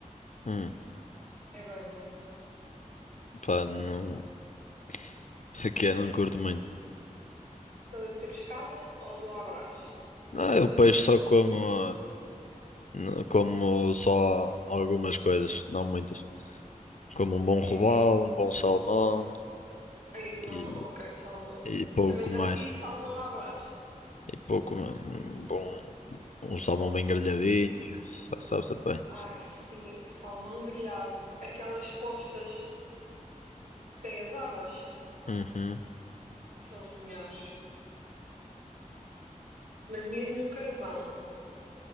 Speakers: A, on the left; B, on the right.
A: hum,
B: É bem bom. Por
A: pá, não. <laughs> Aqui é, não curto muito.
B: causa de ser pescada ou do à brás?
A: Não, eu peixe só como. ah, não- Como só algumas coisas, não muitas. Como um bom
B: Tipo
A: robalo,
B: o quê?
A: um bom salmão
B: Aí é salmão,
A: e,
B: ok, salmão.
A: e pouco
B: Também já
A: mais.
B: fiz salmão à brás.
A: E pouco, mano. Um bom. Um salmão bem grelhadinho. sa- Sabe-se bem.
B: Ai, sim, salmão grelhado. Aquelas postas que têm as abas
A: Uhum.
B: são as melhores. Mas mesmo no carvão.